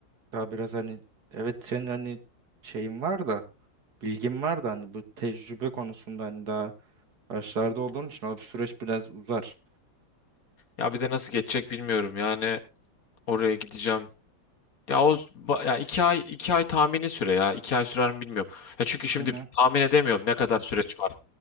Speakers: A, on the right (about 55°); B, on the left (about 50°).
A: daha biraz hani evet senin hani şeyin var da bilgin var da hani bu tecrübe konusunda hani daha başlarda olduğun için o süreç biraz uzar.
B: Ya bir de nasıl geçecek bilmiyorum. Yani oraya gideceğim. Ya o ba- ya iki ay iki ay tahmini süre ya. İki ay sürer mi bilmiyorum. Ya çünkü şimdi
A: Hı hı
B: tahmin edemiyorum ne kadar süreç var.